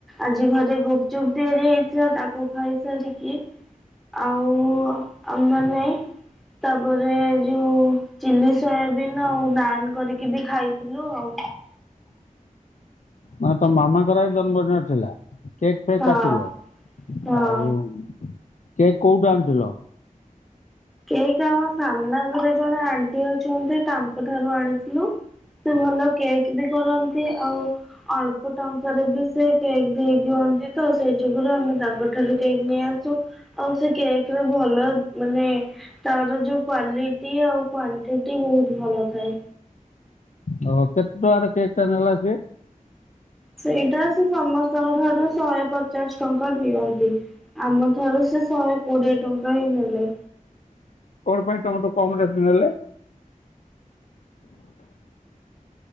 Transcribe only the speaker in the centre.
ଆଜି ଘରେ ଗୁପଚୁପ ତିଆରି ହେଇଥିଲା, ତାକୁ ଖାଇସାରିକି ଆଉ ଆମେ ମାନେ ତାପରେ ଯୋଉ ଚିଲ୍ଲୀ ସୋୟାବିନ୍ ଆଉ ନାନ୍ କରିକି ବି ଖାଇଥିଲୁ ଆଉ।
ହଁ
ହଁ।
କେକ୍ ଆମ ସାମ୍ନା ଘରେ ଜଣେ ଆଣ୍ଟି ଅଛନ୍ତି, ତାଙ୍କ ଠାରୁ ଆଣିଥିଲୁ। ସେ ଭଲ କେକ୍ ବି କରନ୍ତି, ଆଉ ଅଳ୍ପ ଟଙ୍କାରେ ବି ସେ କେକ୍ ଦେଇ ଦିଅନ୍ତି ତ, ସେଇ ଯୋଗୁରୁ ଆମେ ତାଙ୍କ ଠାରୁ କେକ୍ ନେଇଆସୁ। ଆଉ ସେ କେକ୍ ର ଭଲ ମାନେ ତାର ଯୋଉ କ୍ଵାଲିଟି ଆଉ କ୍ଵାଣ୍ଟିଟି ବହୁତ ଭଲ ଥାଏ।
ସେଇଟା ସେ ସମସ୍ତଙ୍କ ଠାରୁ ଶହେ ପଚାଶ ଟଙ୍କା ନିଅନ୍ତି। ଆମ ଠାରୁ ସେ ଶହେ କୋଡିଏ ଟଙ୍କା ହିଁ ନେଲେ।